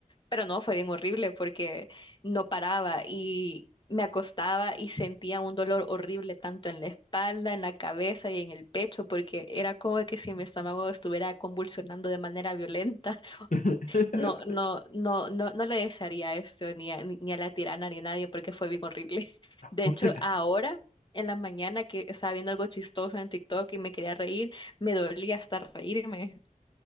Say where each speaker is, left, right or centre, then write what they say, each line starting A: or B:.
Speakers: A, on the left (about 35°); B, on the left (about 65°).
A: Pero no, fue bien horrible porque no paraba y me acostaba y sentía un dolor horrible tanto en la espalda, en la cabeza y en el pecho, porque era como que si mi estómago estuviera convulsionando de manera violenta. <laughs>
B: <laughs>
A: No, no, no, no, no le desearía esto ni a, ni a la tirana ni a nadie porque fue bien horrible. <laughs> De
B: O
A: hecho,
B: sea,
A: ahora en la mañana que estaba viendo algo chistoso en TikTok y me quería reír, me dolía hasta reírme.